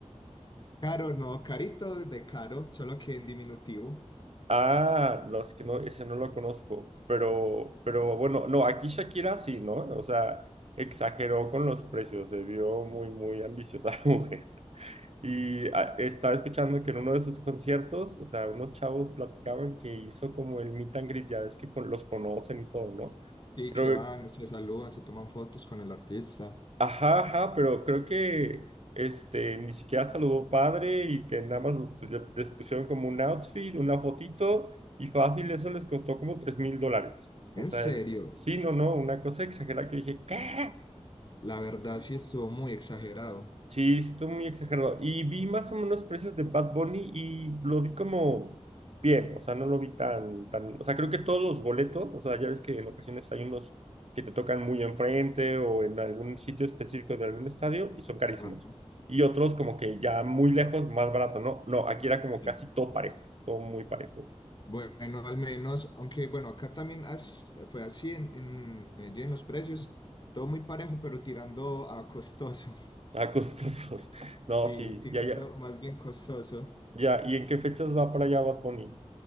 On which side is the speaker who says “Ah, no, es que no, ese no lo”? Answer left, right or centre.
Right